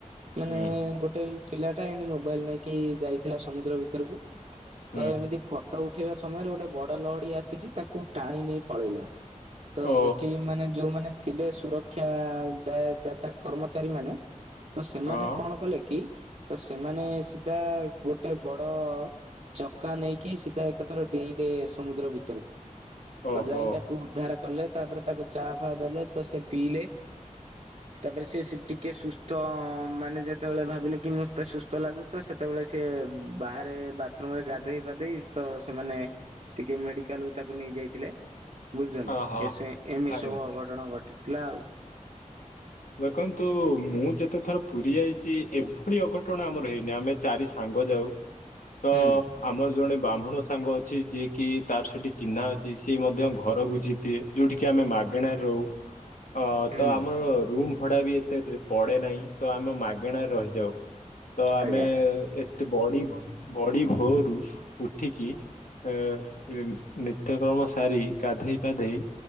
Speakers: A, on the right; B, on the left.
A: ମାନେ
B: ହୁଁ
A: ଗୋଟେଇ ପିଲାଟା ଏମତି ମୋବାଇଲ୍ ନେଇକି ଯାଇଥିଲା ସମୁଦ୍ର ଭିତରକୁ।
B: <inaudible>
A: ତ ଏମିତି ଫଟୋ ଉଠେଇବା ସମୟରେ ଗୋଟେ ବଡ ଲହଡି ଆସିଛି ତାକୁ ଟାଣି ନେଇ ପଳେଇଲା। ତ
B: ଓ
A: ସେଠି ମାନେ ଯୋଉମାନେ ଥିଲେ ସୁରକ୍ଷା ଦା- ଦାତା କର୍ମଚାରୀ ମାନେ ତ ସେମାନେ
B: ହଁ
A: କଣ କଲେ କି? ତ ସେମାନେ ସିଧା ଗୋଟେ ବଡ ଚକା ନେଇକି ସିଧା ଏକାଥରେ ଡେଇଁ ଲେ ସମୁଦ୍ର ଭିତରକୁ,
B: ଓହୋ
A: ତ ଯାଇ ତାକୁ ଉଦ୍ଧାର କଲେ ତାପରେ ତାକୁ ଚା ଫା ଦେଲେ। ତ ସେ ପିଇଲେ ତାପରେ ସେ ସି- ଟିିକେ ସୁସ୍ଥ ମାନେ ଯେତେବେଳେ ଭାବିଲେ କି ମୋତେ ସୁସ୍ଥ ଲାଗୁ ତ ସେତେବେଳେ ସେ ସେ ବାହାରେ ବାଥରୁମ୍ ରେ ଗାଧେଇ ପାଧେଇ ତ ସେମାନେ ଟିକେ ମେଡିକାଲ୍ କୁ ତାକୁ ନେଇ ଯାଇଥିଲେ, ବୁଝୁଚନି,
B: ଓହୋ
A: ଏ ଏମିତି
B: ଆଜ୍ଞା
A: ସବୁ ଅଘଟଣ ଘ <unintelligible> ଲା ଆଉ।
B: ଦେଖନ୍ତୁ ମୁଁ ଯେତେ ଥର ପୁରୀ ଯାଇଚି, ଏଭଳି ଅଘଟଣ ଆମର ହେଇନି, ଆମେ ଚାରି ସାଙ୍ଗ ଯାଉ। ତ
A: ହୁଁ
B: ଆମର ଜଣେ ବ୍ରାହ୍ମୁଣ ସାଙ୍ଗ ଅଛି ଯିଏ କିି ତାର ସେଠି ଚିହ୍ନା ଅଛି। ସିଏ ମଧ୍ୟ ଘର ବୁଝି ଦିଏ, ଯୋଉଠି କିି ଆମେ ମାଗଣାରେ ରହୁ, ଅ,
A: ହୁଁ
B: ତ ଆମ ଭଡା ବି ଏତେ ଯୁ-ପଡେ ନାହିଁ, ତ ଆମେ ମାଗେଣାରେ ରହିଯାଉ। ତ ଆମେ
A: ଆଜ୍ଞା
B: ଏ ତ ବଡି ଭ-ବଡି ଭୋରୁୁ ଉଠିକି ଅ, ଇନ୍ ନିତ୍ୟକର୍ମ ସାରି ଗାଧେଇ ପାଧେଇ